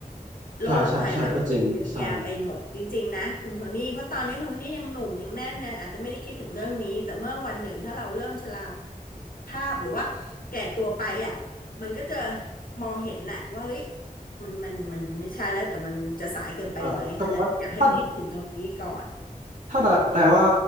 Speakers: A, on the left; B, on the right.
A: โรคภัยไข้เจ็บเยอะแยะไปหมดจริงๆนะคุณโทนี่เพราะตอนนี้คุณโทนี่ยังหนุ่มยังแน่นเลยอาจจะไม่ได้คิดถึงเรื่องนี้แต่เมื่อวันหนึ่งถ้าเราเริ่มชรา
B: ใช่ใช่ใช่ก็จริงใช่
A: ภาพหรือว่าแก่ตัวไปอ่ะมันก็จะมองเห็นแหละว่าเฮ้ยมันมันมันไม่ใช่แล้วแต่มันจะสายเกินไปไหมฉะนั้นอยากให้คิดถึงตรงนี้ก่อน
B: เออก็แปลว่าถ้า ถ้าแต่แต่ว่า